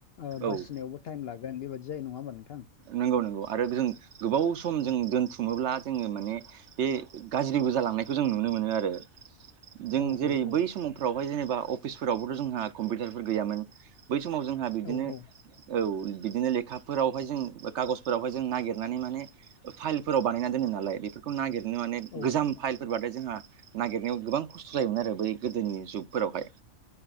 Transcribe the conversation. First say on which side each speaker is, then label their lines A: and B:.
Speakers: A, on the left; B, on the right.
A: आ बासिनायावबो
B: औ
A: टाइम लागोन बेबायदि जायो नङा होमबा नोंथां
B: नंगौ नंगौ आरो जों गोबाव सम
A: औ
B: जों दोनथु खुङोब्ला जोङो माने बे गाज्रिबो जालांनायखौ जों नुनो मोनो आरो। जों
A: औ
B: जेरै
A: औ औ
B: बै समफ्रावहाय जेनेबा अफिसफोरावबोथ' जोंहा कम्पिउटारफोर गैयामोन। बै समाव जोंहा बिदिनो
A: औ औ
B: औ बिदिनो लेखाफोरावहाय जों कागजफोरावहाय जों नागिरनानै माने फाइलफोराव बानायना दोनो नालाय बेफोर खौ नागिरनो माने
A: औ
B: गोजाम फाइलफोरबथाय जोंहा नागिरनायाव गोबां खस्थ' जायोमोन आरो बै गोदोनि जुगफोरावहाय